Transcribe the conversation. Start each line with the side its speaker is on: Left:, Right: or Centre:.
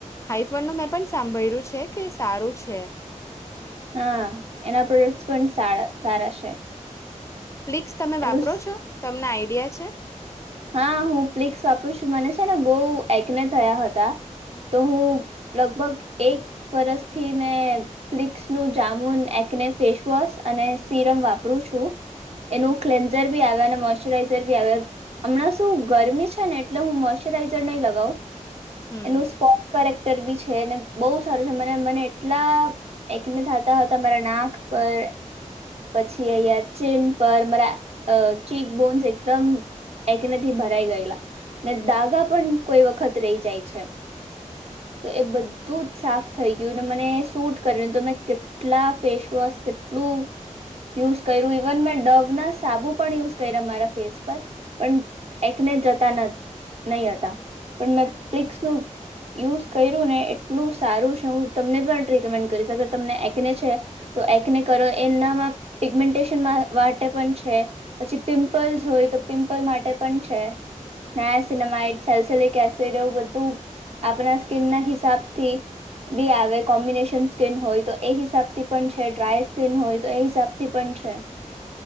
Left: હાઈફડનું મેં પણ સાંભરયુ છે કે સારું છે
Right: હા એના પ્રોડક્ટસ પણ સાડા-સારા છે
Left: પ્લિક્સ તમે વાપરો
Right: એનું
Left: છો તમને આઈડિયા છે
Right: હા હું પ્લિક્સ વાપરું છું મને છે બઉ એકને થયા હતા. તો હું લગભગ એક વરષથી મેં પ્લિક્સનું જામુન એકને ફસવોશ અને સીરમ વાપરું છું. એનું ક્લેન્ઝર બી આવે અને મોશચરાઈઝર બી આવે હમણાં શું ગરમી છે ને એટલે હું મોશ્ચરાઈઝર નહી લગાઉ
Left: હમ
Right: એનું સ્પ કરેક્ટર બી છે ને બહુ સારું છે મને મને એટલા એકને થાતા હતા મારા નાક પર પછી અહંયા ચીન પર, મારા ચીક બોન્સ એકદમ. એકને થી ભરાઈ ગયેલા ને દાગા પણ કોઈ વખત રહી જાય છે. તો એ બધું જ સાફ થઈ ગયું ને મને સૂટ કરને તો મેમે કેટલા ફેશવોશ કેટલું. યુઝ કર્યું. ઇવન મેં ડવ ના સાબુ પણ યુઝ કર્યા મારા ફેસ પર. પણ એકને જતા નહી હતા. પણ મેં પ્લિક્સ નુ. યુઝ કર્યું ને, એટલું સારું છે. હું તમને પણ રિકમેન્ડ કરીશ. અગર તમને એકને છે. તો એકને કરો. એનામાં પિગમેન્ટેશન માટે પણ છે. પછી પિમ્પલ્સ હોય તો, પિમ્પલ માટે પણ છે. નેન્સિનામિડ સેલ્સલીક એસિડ એવું બધું આપળા સ્કીન ના હિસાબથી બી આવે. કોમ્બિનેશન સ્કીિન હોય તો, એ હિસાબથી પણ છે. ડ્રાય સ્કીન હોય તો, એ હિસાબથી પણ છે.